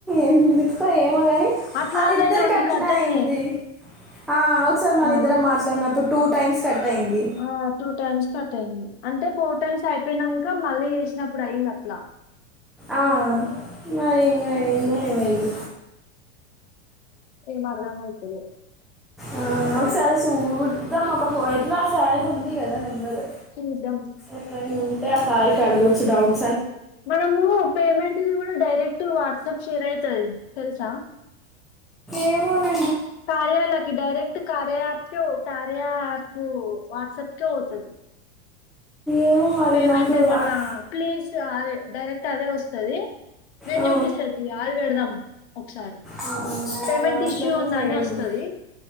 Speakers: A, in the centre; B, on the left.
A: ఎందు కొ ఏమో గాని
B: అట్లనే
A: ఆళ్ళిద్దరికి అట్లే
B: కట్ అయినాయి.
A: అయింది. ఆ ఒకసారి మనిద్దరం
B: ఆ!
A: మాట్లాడినప్పుడు టూ టైమ్స్ కట్ అయింది
B: ఆ టూ టైమ్స్ కట్ అయింది. అంటే, ఫోర్ టైమ్స్ అయిపోయినంక మళ్ళీ చేసినప్పుడు అయిందట్ల.
A: ఆ. మరింగ
B: ఉమ్.
A: ఏందో ఏమో ఇది.
B: ఏం అర్ధం అయితలె.
A: ఆ ఒకసారి సూద్దాం. ఒక ఫో ఎట్లా ఆ సార్ ది ఉంది కదా నమ్ బరు.
B: చూద్దాం.
A: ఏమైనా ఉంటే ఆ సార్ కి అడగొచ్చు డౌట్.
B: మనము పేమెంట్ ఇది కూడా డైరెక్ట్ వాట్సాప్ షేర్ అయితది తెలుసా!
A: ఏమోనే
B: కార్యాలోకి direct Karya app to Karya app WhatsApp కె వచ్చేట్టు.
A: ఏమో మరి
B: పేమెంట్
A: నాకు
B: ఏమన్నా
A: ఆ-
B: ప్లీజ్ అదే డైరెక్ట్ అదే వస్తాది నేను
A: ఆ,
B: చూపిస్త తి అది పెడదాం సరే
A: ఆ,
B: పేమెంట్
A: అట్లనే
B: ఇష్యూ ఉందాని
A: ఏదో
B: ఒస్తాది